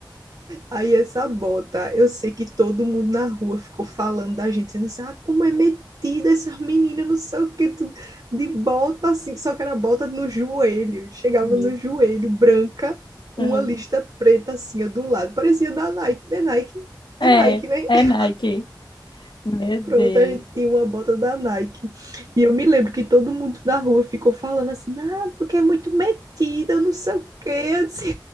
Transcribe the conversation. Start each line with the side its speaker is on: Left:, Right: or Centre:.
Right: Aí essa bota, eu sei que todo mundo na rua ficou falando da gente, dizendo assim, ah, como é metida essas meninas, não sei o que, tudo, de bota assim, só que era bota no joelho, chegava
Left: Meu-
Right: no joelho, branca, com
Left: Ah,
Right: uma lista preta assim, ó, do lado, parecia da Nike, é Nike,
Left: É,
Right: é Nike, né?
Left: é
Right: <laughs>
Left: Nike. Meu Deus.
Right: Pronto, a gente tinha uma bota da Nike, e eu me lembro que todo mundo da rua ficou falando assim, ah, porque é muito metida, não sei o que, assim,